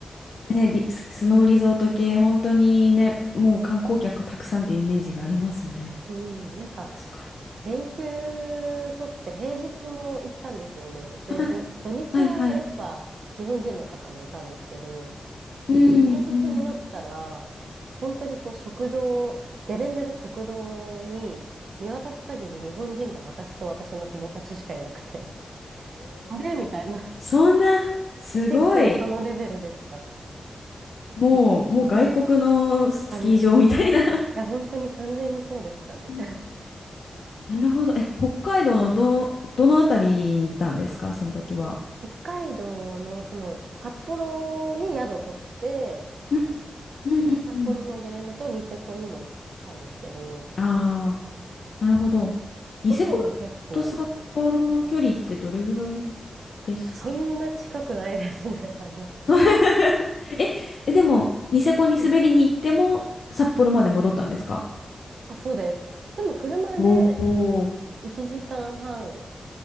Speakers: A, on the left; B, on the right.
A: ねリススノーリゾート系本当にねもう観光客たくさんっていうイメージがありますね
B: うん、なんか、
A: 確かに
B: 連休取って平日も行ったんですよね。で、
A: はいはいはい
B: ど、土日はやっぱ日本人の方もいたんですけど、
A: うんうん
B: 平日になったら、本当にこう食堂、ゲレンデの食堂に見渡す限り日本人が私と私の友達しかいなくて、<laughs> あれみたいな。
A: そんなすごい
B: <laughs> 結構そのレベルでした。
A: もう、
B: びっくりしました。
A: もう外国のスキー場みたいな
B: 完全に。いや、本当に完全にそうでしたね。
A: <laughs> なるほど。え、北海道のど、どのあたりに行ったんですか、その時は。
B: 北海道のその札幌に宿取って、
A: うんうんうんうん
B: で、札幌のゲレンデとニセコにも行ったんですけど、
A: ああ、なるほど。ニセコと札幌の距離ってどれぐらい
B: どこも結構、
A: ですっけ
B: そんな近くないですね。<laughs> あの、
A: <laughs> え、えでも、ニセコに滑りに行っても、
B: うん
A: 札幌まで戻ったんですか
B: あ、そうです。でも車で
A: おおー。
B: 1時間半